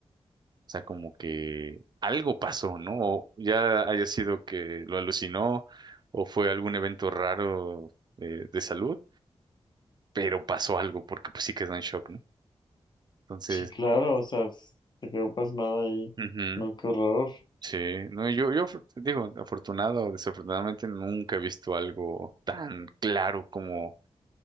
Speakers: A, on the right; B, on the left.
A: O sea, como que algo pasó, ¿no? O ya haya sido que lo alucinó o fue algún evento raro de, de salud, pero pasó algo porque pues sí quedó en shock, ¿no? Entonces,
B: Sí, claro, o sea, se quedó pasmada ahí.
A: ujú.
B: No, qué horror.
A: Sí, no, yo, yo af- digo, afortunado o desafortunadamente nunca he visto algo tan claro como